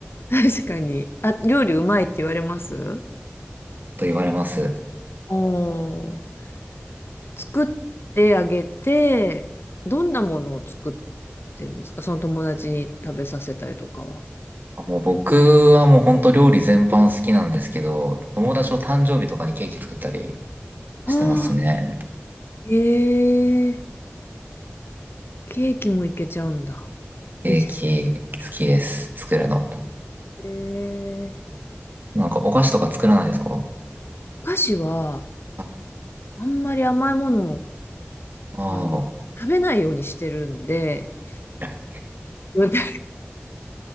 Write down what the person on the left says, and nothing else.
うん。確かに。あ、料理うまいって言われます
おー。作ってあげて、どんなものを作ってるんですかその友達に食べさせたりとかは。
ああ、
ええ、ケーキもいけちゃうんだ。
いいですね。
ええ、
お菓子は、
あんまり甘いものを、
あの、食べないようにしてるんで、
うん <laughs>